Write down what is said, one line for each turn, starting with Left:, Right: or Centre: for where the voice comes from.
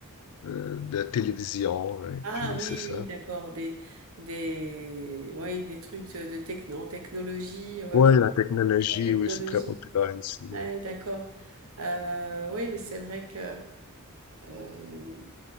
Left: euh, de télévision, et
Right: Ah
Left: puis
Right: oui,
Left: c'est ça.
Right: oui, d'accord. Des, des, oui, des trucs de techno, en technologie. Ouais,
Left: Oui,
Right: ouais, ouais,
Left: la technologie,
Right: la technologie.
Left: oui, c'est très populaire ici.
Right: Ouais, d'accord. Euh, oui, mais c'est vrai que. euh,